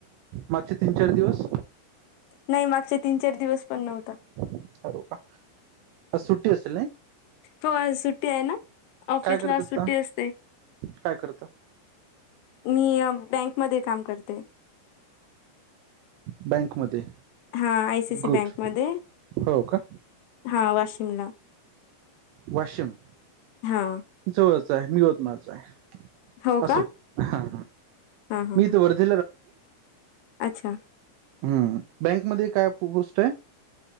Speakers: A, on the right; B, on the left.
A: मागचे तीन चार दिवस
B: नाही मागच्या तीन चार दिवस पण नव्हता
A: हो का आज सुट्टी असेल नाही
B: हो आज सुट्टी आहे ना ऑफिसला
A: काय करत
B: आज
A: असता
B: सुट्टी असते
A: काय करता
B: मी बँकमध्ये काम करते.
A: बँक मध्ये
B: हा आयसीसी
A: गुड
B: बँकमध्ये
A: हो का
B: हा वाशिमला
A: वशिम?
B: हा
A: जवळच आहे मी होत माझ आहे
B: हो
A: असू
B: का
A: ह
B: हा हा
A: मी
B: हा
A: तर वर <inaudible>
B: अच्छा
A: हम्म बँकमध्ये काय पोस्ट आहे